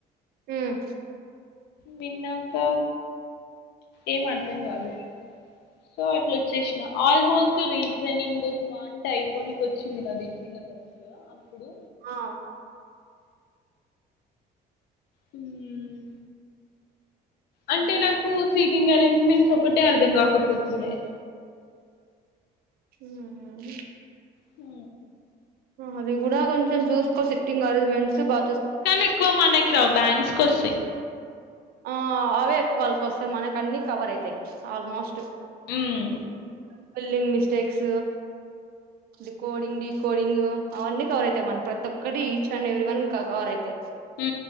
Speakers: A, on the right; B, on the left.
A: హ్మ్
B: విన్నాక ఏం అర్థం కాదు సో అట్లా వచ్చేసిన ఆల్మోస్ట్ రీజనింగ్ క్వాంట్ అయిపోనికి వచ్చింది నాది సిలబస్ అప్పుడు
A: ఆ
B: హ్మ్ అంటే నాకు సీటింగ్ అరేంజ్మెంట్స్ ఒకటే అర్థం కాకపోతుండే
A: హ్మ్
B: హు
A: అది కూడా కొంచెం చూసుకో సిట్టింగ్ అరేంజ్మెంట్స్ బా
B: కానీ ఎక్కువ మనకి రావు బ్యాంక్స్ కోస్తాయి
A: ఆ అవే వాళ్ళకి వస్తే మనకు అన్ని కవర్ అయితాయి ఆల్మోస్ట్
B: ఉమ్
A: స్పెల్లింగ్ మిస్టేక్స్ ఈ కోడింగ్ డీ కోడింగ్ అవన్నీ కవర్ అయితాయి మన ప్రతి ఒక్కటి each and every one cover అయితాయి
B: హు